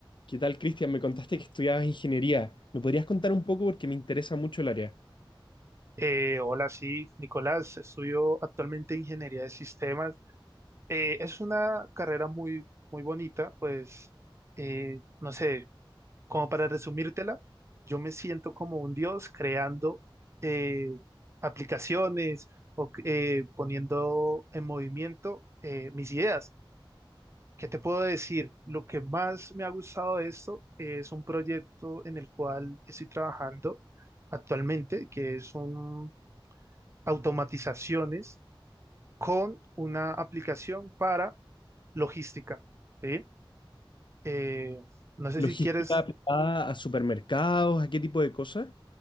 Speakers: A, on the left; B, on the right.
A: ¿Qué tal, Cristian? Me contaste que estudiabas ingeniería. ¿Me podrías contar un poco porque me interesa mucho el área?
B: Eh, hola, sí, Nicolás, estudio actualmente ingeniería de sistemas. Eh, es una carrera muy, muy bonita, pues, eh, no sé, como para resumírtela, yo me siento como un dios creando eh, aplicaciones o eh, poniendo en movimiento eh, mis ideas. ¿Qué te puedo decir? Lo que más me ha gustado de esto es un proyecto en el cual estoy trabajando actualmente, que es un automatizaciones con una aplicación para logística, ¿sí? Eh, no sé
A: ¿Logística
B: si quieres,
A: aplicada a supermercados, a qué tipo de cosas?